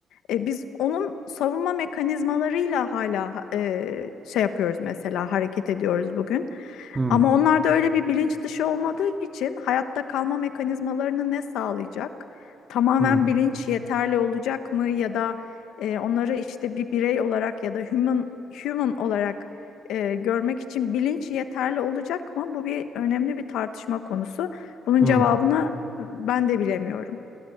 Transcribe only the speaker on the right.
hı.
Hı,
hı,